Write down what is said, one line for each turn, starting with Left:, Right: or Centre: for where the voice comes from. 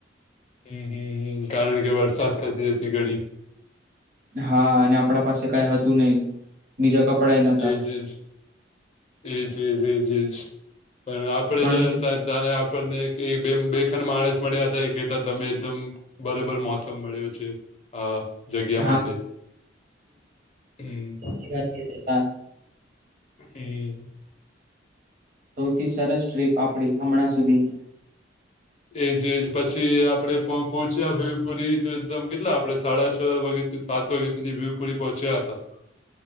Left: હમ્મ-હમ્મ-હમ્મ. કારણ કે વરસાદ થતી હતી ઘણી.
Right: હા. અને આપણા પાસે કાંઈ હતું નહીં. બીજા કપડા એઈ ન
Left: એજ-એજ-એજ-એજ-એજ. પણ આપણે
Right: પણ
Left: જ્યાં હતા જ તા ને આપણને <unintelligible> માણસ મળ્યા હતા એ કહેતાં <unintelligible> બરોબર મોસમ મળ્યો છે, હા. જગ્યા
Right: હા
Left: માટે, હમ્મ.
Right: હાચી વાત કીધી. <unintelligible>
Left: <unintelligible>
Right: સૌથી સરસ ટ્રીપ આપણી હમણાં સુધીની.
Left: એજ-એજ. પછી આપણે પણ પહોચ્યા ભીમપુરી, તો એકદમ કેટલા આપણે સાડા છ વાગ્યા સુધી સાત ત વાગે સુધી ભીમપુરી પહોંચ્યા હતા.